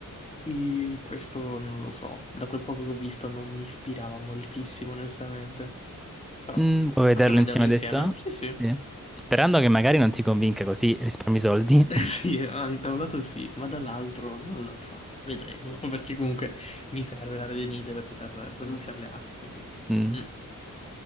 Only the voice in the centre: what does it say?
Mm, vuoi vederlo
insieme
adesso?
Sì. Sperando che magari non ti convinca così risparmi soldi.
<laughs>
Mm.